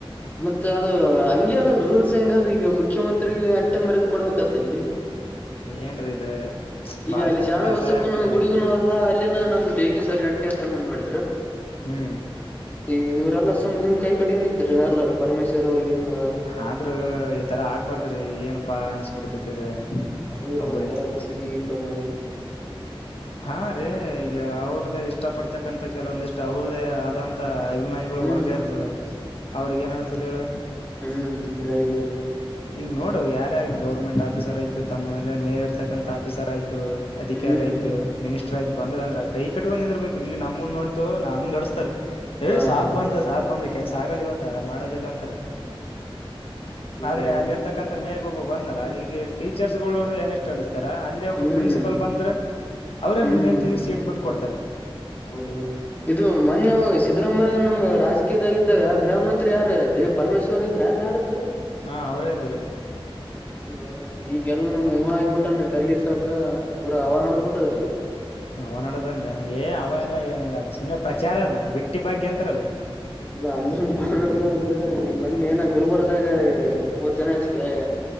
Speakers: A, on the left; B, on the left.
A: ಮತ್ತೆ ಅದು ಹಂಗೆ ಅದ ರೂಲ್ಸ್ ಹಂಗ ಆದ ಈಗ ಮುಖ್ಯಮಂತ್ರಿರಿಗೆ ಅಟ್ಟೆ ಮರ್ಯಾದಿ ಕೊಡ್ಬೇಕತ್ತಲ್ಲೆ <inaudible>
B: ಏನ್ರೀ ಇದು
A: ಈಗ
B: ಬಾಳ
A: ಅಲ್ಲಿ
B: ಕೆಟ್ಟ
A: ಶಾಣಬಸಪ್ಪನ
B: ಅಸಹ್ಯ ಆಗ್ತದ್ರಿ
A: ಗುಡಿಗನು ಅದ ಅಲ್ಲಿನ ನಮ್ ಡಿ ಕೆ ಸರ್ ಗಟ್ಟ ಟ್ಟೆ ಸನ್ಮಾನ ಮಾಡಿದ್ರ
B: ಹ್ಮ್ಹೂ.
A: ಈಗ ಇವ್ರೆಲ್ಲ ಸುಮ್ ಹಿಂದ ಕೈ ಕಟ್ಗೆಂದ ನಿತಿಂದ್ರ ಇವ್ರ್ ಎಲ್ಲಾರು ಪರಮೇಶ್ವರ್ ಅವ್ರಿಗ ಇನ್ನೂ
B: ಆದ್ರೂ ಈ ತರ ಆಗ್ಬಾರ್ದ್ರಿ ಏನಪಾ ಅನ್ಸಬಿಡ್ತತದ ಇದ
A: ಹೌದರಿ
B: ಒಬ್ಬರಿಗೆ
A: ಒಂತರಾ ಚೀಪ ಆಗಿ ಅನಿಸ್ತ ಮತ್ತ ಅದು
B: ಹಾ ರೀ ಈಗ ಅವ್ರ್ದೇ ಇಷ್ಟ ಪಡ್ತಕ್ಕಂತ ಕೆಲವೊಂದ ಇಷ್ಟ ಅವ್ರದ್ದೇ ಆದಂತ ತ್ತ ಅಭಿಮಾನಿಗಳು
A: ಹ್ಮ್
B: ವರ್ಗ ಇರ್ತದೆ ಅವ್ರಗೆ ಏನ್ ಅನ್ಸತದೆ ಹೇಳ
A: ಹ್ಮ್ ಗಾಗಿ
B: ಹಿಂಗ್ ನೋಡು ಯಾರೇ ಆಗ್ಲಿ ಗೌರ್ಮೆಂಟ್ ಆಫೀಸರ್ ಆಯ್ತ ತಮ್ಮ ಎಲೆ ಮೇಲೆ ಇರ್ತಕ್ಕಂಥ ಆಫೀಸರ್ ಆಯ್ತು ಅಧಿಕಾರಿ
A: ಹ್ಮ್
B: ಆಯ್ತ ಮಿನಿಸ್ಟರ್ ಆಯ್ತ ಬಂದ್ರಂದ್ರ ಕೈ ಕಟ್ಕೊಂಡ್ ನಿಂದ್ರ ಬೇಕ್ರಿ ಇಲ್ಲಿ ನಮ್ಮುಂದ್ ನೋಡ್ತ ನಾ ಹಂಗ್ ಅಡಿಸ್ತಾರೆ. ಏ
A: ಹಾ
B: ಸಾಬ್
A: ಮತ್
B: ಬಂದ ಸಾಬ್ ಬಂದ ಕೆಲ್ಸ ಆಗಲ್ಲ ಇವತ್ತ ಮಾಡೋದಿಲ್ಲ ಅಂತಾರ.
A: <inaudible> ಹಿಂಗಾಗಿ
B: ಆದ್ರೆ ಅಲ್ಲಿ ಇರ್ತಕ್ಕಂತ ಮೇಗ್ ಒಬ್ಬ ಬಂದಲ್ಲಾ ಈಗ ಟೀಚರ್ಸ್ ಗಳ್ ನೋಡುದ್ರೆ ಎಷ್ಟ್ ಅಡಸ್ತಾರ. ಇಲ್ಲಿ ಒಬ್ಬ
A: ಹ್ಮ್
B: ಪ್ರಿನ್ಸಿಪಲ್ ಬಂದ್ರೆ ಅವ್ರೇ
A: ಹ್ಮ್
B: ನಿಂತ ಸೀಟ್ ಬಿಟ್ಟು ಕೊಡ್ತಾರೆ.
A: ಹೌದು ಇದು ಮಾನ್ಯವ ಸಿದ್ದರಾಮಯ್ಯ ನಮ್ ರಾಜಕೀಯದಾಗ ಇದ್ದಾಗ ಗೃಹ ಮಂತ್ರಿ ಯಾರ ಜೀಪ್ ಪರಮೇಶ್ವರ್ ಇದ್ರನ್ ಯಾರಿದ್ರು.
B: ಹಾ ಅವ್ರೆ ಇದ್ರಿ.
A: ಹೌದು ಈಗೆಲ್ಲ ನಮ್ ಹಿಮ ಆಗಿಬಿಟ್ಟೇನ್ರಿ ಕರ್ಗ ಸಾಪುರ ಪೂರ ಹವಾನಡ್ದ್ ಬಿಟ್ಟದ್ರಿ.
B: ಅವ ನಡದಂದ ಏ ಅವ ಇಲ್ಲ ಏನಿಲ್ಲ ಅದು ಸುಮ್ಮನೆ ಪ್ರಚಾರ ಅದು ಬಿಟ್ಟಿ ಭಾಗ್ಯ ಅಂತರಲ್ಲ.
A: ಇಲ್ಲ ಅಂದ್ರನ್ ಮಾನಾಡ ಒಂದ ಮನ್ನಿ ಏನ ಗುರುಬರ್ದಾಗ ಮೂರ್ ಜನ ಎಕ್ಸ್ಪೈರ್ ಆಗ್ಯಾರ್